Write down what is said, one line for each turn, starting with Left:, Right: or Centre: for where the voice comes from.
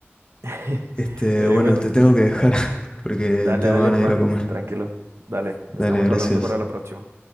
Right: <laughs>
Left: Este,
Right: Eh,
Left: bueno,
Right: bueno,
Left: te tengo que dejar <laughs> porque
Right: dale,
Left: tengo
Right: dale
Left: ganas
Right: Juan,
Left: de ir a comer.
Right: tranquilo, dale,
Left: Dale,
Right: estamos
Left: gracias.
Right: hablando para la próxima.